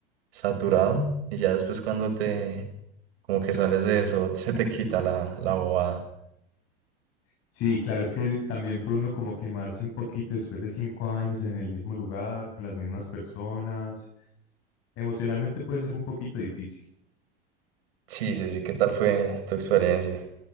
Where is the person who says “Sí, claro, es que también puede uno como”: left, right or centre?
Left